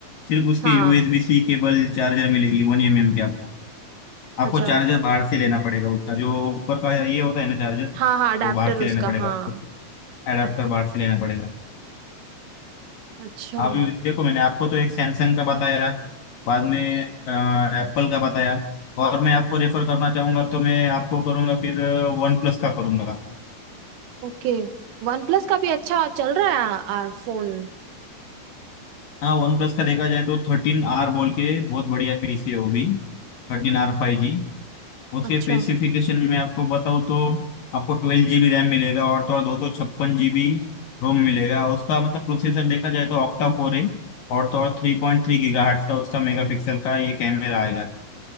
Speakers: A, on the left; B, on the right.
A: सिर्फ उसके
B: हाँ
A: यूएसबी सी केबल चार्जर मिलेगी वन एम एम के आपको
B: अच्छा
A: आपको चार्जर बाहर से लेना पड़ेगा उसका जो ऊपर का ये होता है ना चार्जर
B: हाँ हाँ अडेप्टर
A: वो बाहर से
B: उसका
A: लेना पड़ेगा
B: हाँ
A: आपको एडाप्टर बाहर से लेना पड़ेगा
B: अच्छा
A: अभी देखो मैंने आपको तो एक सैमसंग का बताया बाद में एप्पल का बताया और मैं आपको रेफर करना चाहूंगा तो मैं आपको करूंगा फिर वन प्लस का करूंगा
B: ओके वन प्लस का भी अच्छा चल रहा है आ, आ, फोन
A: हाँ वन प्लस का देखा जाए तो थर्टीन आर बोल के बहुत बढ़िया पीसी है वो भी थर्टीन आर फाइव जी उसके
B: अच्छा
A: स्पेसिफिकेशन में आपको बताऊँ तो आपको ट्वेल्व जीबी रैम मिलेगा और तो और दो सौ छप्पन जीबी रोम मिलेगा उसका मतलब प्रोसेसर देखा जाए तो ऑक्टा कोर है और तो और थ्री पॉइंट थ्री गीगा का उसका मेगापिक्सल का ये कैमरा आएगा